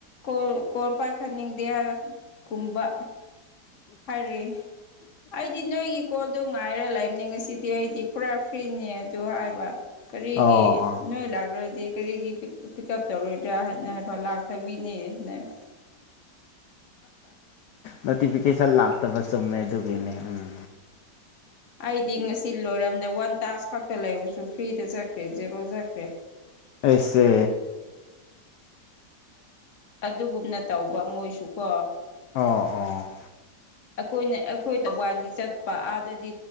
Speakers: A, on the left; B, on the left.
A: ꯀꯣꯜ ꯀꯣꯜ ꯄꯥꯢ ꯈꯠꯅꯤꯡꯗꯦ ꯍꯥꯢꯔꯛ ꯀꯨꯝꯕ ꯍꯥꯏꯔꯛꯑꯦ ꯑꯩꯗꯤ ꯅꯣꯏꯒꯤ ꯀꯣꯜ ꯑꯗꯨ ꯉꯥꯏꯔꯦ ꯂꯥꯏꯕꯅꯤꯡꯁꯤꯗꯤ ꯑꯩꯗꯤ ꯄꯨꯔꯥ ꯐ꯭ꯔꯤꯅꯦ ꯑꯗꯨ ꯍꯥꯏꯕ ꯀꯔꯤꯒꯤ
B: ꯑꯣ ꯑꯣ
A: ꯅꯣꯏ ꯂꯥꯛꯔꯗꯤ ꯀꯔꯤꯒꯤ ꯄꯤꯛ ꯇꯧꯔꯣꯏꯗ꯭ꯔꯥ ꯍꯥꯏꯅ ꯍꯥꯏꯕ ꯂꯥꯛꯇꯕꯤꯅꯦ ꯍꯥꯏꯅ ꯍꯥꯏꯕ
B: ꯅꯣꯇꯤꯐꯤꯀꯦꯁꯟ ꯂꯥꯛꯇꯕ ꯆꯨꯝꯃꯦ ꯑꯗꯨꯒꯤꯅꯦ ꯎꯝ
A: ꯑꯩꯗꯤ ꯉꯁꯤ ꯂꯣꯏꯔꯝꯗ ꯋꯥꯟ ꯇꯥꯁ ꯈꯛꯇ ꯂꯩꯕꯁꯨ ꯐ꯭ꯔꯤꯗ ꯆꯠꯈ꯭ꯔꯦ ꯖꯦꯔꯣ ꯆꯠꯈ꯭ꯔꯦ
B: ꯑꯩꯁꯦ
A: ꯑꯗꯨꯒꯨꯝꯅ ꯇꯧꯕ ꯃꯣꯏꯁꯨ ꯀꯣ
B: ꯑꯣ ꯑꯣ
A: ꯑꯩꯈꯣꯏꯅ ꯑꯩꯈꯣꯏ ꯇꯧꯕꯥꯜꯗꯤ ꯆꯠꯄ ꯑꯥꯗꯗꯤ